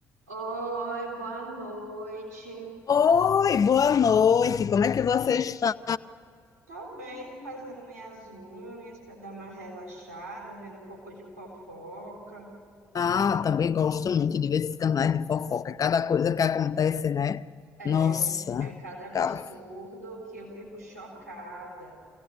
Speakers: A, on the right (about 80°); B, on the left (about 45°).
A: Oi, boa noite.
B: Oi, boa noite. Como é que você está?
A: Tô bem, fazendo minhas unhas para dar uma relaxada, vendo um pouco de fofoca.
B: Ah, também gosto muito de ver esses canais de fofoca. Cada coisa que acontece, né?
A: É,
B: Nossa,
A: é cada absurdo
B: cara,
A: que eu fico chocada.